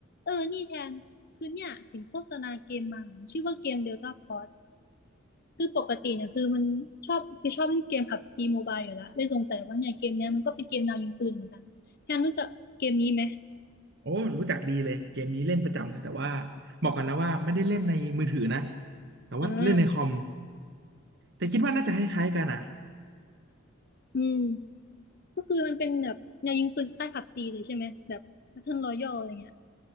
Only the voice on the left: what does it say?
เออ นี่แทน คือเนี่ยเห็นโฆษณาเกมมาชื่อว่าเกม Delta Force คือปกติเนี่ยคือมันชอบคือชอบเล่นเกม PUBG Mobile อยู่แล้วเลยสงสัยว่าเนี่ยเกมเนี้ยมันก็เป็นเกมแนวยิงปืนเหมือนกัน แทนรู้จักเกมนี้ไหม
อ่า
โหอืมก็คือมันเป็นแบบแนวยิงปืนคล้ายๆ PUBG เลยใช่ไหม แบบ Battle Royale อะไรเงี้ย